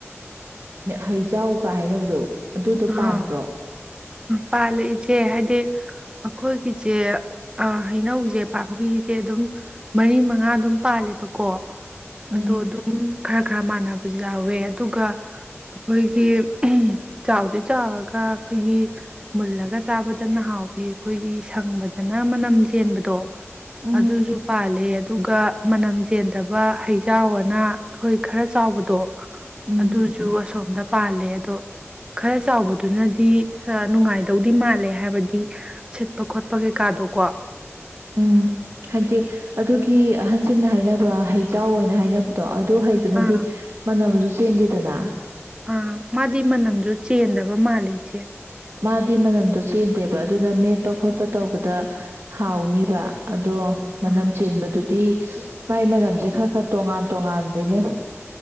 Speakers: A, on the right (about 65°); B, on the right (about 20°).
A: ꯍꯩꯖꯥꯎꯒ ꯍꯥꯏꯅꯕꯗꯣ ꯑꯗꯨꯗꯣ
B: ꯑ
A: ꯄꯥꯟꯕ꯭ꯔꯣ
B: ꯄꯥ ꯂꯩꯁꯦ ꯍꯥꯏꯗꯤ ꯁ ꯑꯩꯈꯣꯏꯒꯤꯁꯦ ꯍꯩꯅꯧꯁꯦ ꯄꯥꯝꯕꯤꯁꯦ ꯑꯗꯨꯝ ꯃꯔꯤ ꯃꯉꯥ ꯑꯗꯨꯝ ꯄꯥꯜꯂꯦꯕꯀꯣ
A: ꯎꯝ
B: ꯑꯗꯣ ꯑꯗꯨꯝ ꯈꯔ ꯈꯔ ꯃꯥꯟꯅꯕꯁꯨ ꯌꯥꯎꯋꯦ ꯑꯗꯨꯒ ꯑꯩꯈꯣꯏꯒꯤ ꯆꯥꯎꯗꯤ ꯆꯥꯎꯔꯒ ꯑꯩꯈꯣꯏꯒꯤ ꯃꯨꯜꯂꯒ ꯆꯥꯕꯗꯅ ꯍꯥꯎꯕꯤ ꯑꯩꯈꯣꯏꯒꯤ ꯁꯪꯕꯗꯅ ꯃꯅꯝ ꯆꯦꯟꯕꯗꯣ
A: ꯎꯝ
B: ꯑꯗꯨꯁꯨ ꯄꯥꯂꯦ ꯑꯗꯨꯒ ꯃꯅꯝ ꯆꯦꯟꯗꯕ ꯍꯩꯖꯥꯎ ꯑꯅ ꯑꯩꯈꯣꯏ ꯈꯔ ꯆꯥꯎꯕꯗꯣ
A: ꯎꯝ
B: ꯑꯗꯨꯁꯨ ꯑꯁꯣꯝꯗ ꯄꯥꯜꯂꯦ ꯇꯣ ꯈꯔ ꯆꯥꯎꯕꯗꯨꯅꯗꯤ ꯅꯨꯡꯉꯥꯏꯗꯧꯗꯤ ꯃꯥꯜꯂꯦ ꯍꯥꯏꯕꯗꯤ ꯁꯤꯠꯄ ꯈꯣꯠꯄ ꯀꯩꯀꯥꯗꯣꯀꯣ
A: ꯎꯝ ꯍꯥꯏꯗꯤ ꯑꯗꯨꯒꯤ ꯑꯟ ꯁꯤꯡꯅ ꯍꯥꯏꯅꯕ ꯍꯩꯖꯥꯎ ꯑꯣꯏꯅ ꯍꯥꯏꯅꯕꯗꯣ ꯑꯗꯨ ꯑꯗꯨ ꯍꯩꯗꯨꯅꯗꯤ
B: ꯑꯥ
A: ꯃꯥꯟꯅꯕꯁꯨ ꯆꯗꯤꯗꯅ
B: ꯑ ꯃꯥꯗꯤ ꯃꯅꯝꯗꯨ ꯆꯦꯟꯗꯕ ꯃꯥꯜꯜꯂꯤꯦ ꯏꯆꯦ
A: ꯃꯥꯗꯤ ꯃꯅꯝꯗꯣ ꯆꯦꯟꯗꯦꯕ ꯑꯗꯨꯅ ꯃꯦꯠꯄ ꯈꯣꯠꯄ ꯇꯧꯕꯗ ꯍꯥꯎꯅꯤꯕ ꯑꯗꯣ ꯃꯅꯝ
B: ꯑꯥ
A: ꯆꯦꯟꯕꯗꯨ ꯗꯤ ꯃꯥꯏ ꯃꯅꯝꯁꯦ ꯈꯔ ꯈꯔ ꯇꯣꯉꯥꯟ ꯇꯣꯉꯥꯟꯗꯅꯦ